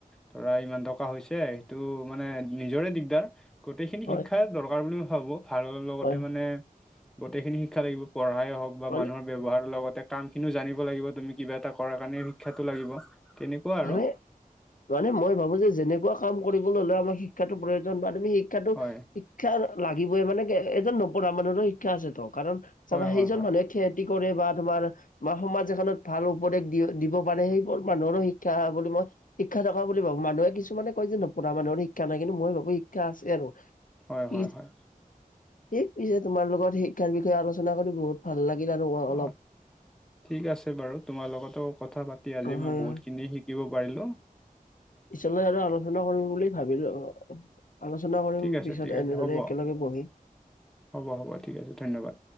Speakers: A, in the centre; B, on the left (about 65°).
A: ধৰা ইমান টকা হৈছে, সেইটো মানে নিজৰে দিগদাৰ গোটেইখিনি
B: হয়
A: শিক্ষা দৰকাৰ বুলি ভাবো আৰু লগতে
B: হয়
A: মানে গোটেইখিনি শিক্ষা লাগিব, পঢ়াই হওঁক বা
B: মানে
A: মানুহৰ ব্যৱহাৰৰ লগতে কাম খিনিও জানিব লাগিব তুমি কিবা এটা কৰাৰ কাৰণে শিক্ষাটো লাগিব। তেনেকুৱা আৰু
B: মানে, মানে মই ভাবো যে যেনেকুৱা কাম কৰিবলে হ'লে আমাৰ শিক্ষাটো প্ৰয়োজন শিক্ষাতটো
A: হয়
B: শিক্ষা লাগিবই মানে কি, এজন নপঢ়া মানুহৰো শিক্ষা আছেতো কাৰণ
A: হয়
B: চাবা সেইজন
A: হয় হয়
B: মানুহে খেদ যি কৰে বা তোমাৰ সমাজ এখনত ভাল উপদেশ দি দিব পাৰে, সেইবোৰ মানুহৰো শিক্ষা ক্ষা বুলি মই শিক্ষা থকা বুলি ভাবো। মানুহে কিছুমানে কয় যে নপঢ়া মানুহৰ শিক্ষা নাই, কিন্তু মই ভাবো শিক্ষা আছে আৰু
A: হয়
B: কি
A: হয় হয়
B: কি পিছে তোমাৰ লগত শিক্ষাৰ বিষয়ে আলোচনা কৰি বহুত ভাল লাগিল আৰু। অলপ
A: অ', ঠিক আছে বাৰু তোমাৰ লগতো কথা পাতি আজি
B: হয়
A: মই বহুতখিনি শি শিকিব পাৰিলো।
B: পিছলৈ আৰু আলোচনা কৰিম বুলি ভাবিলো। আলোচনা কৰিম
A: ঠিক আছে
B: পিছত
A: ঠিক আছে
B: এনেদৰে
A: হ'ব
B: একেলগে বহি।
A: হ'ব হ'ব ঠিক আছে ধন্যবাদ।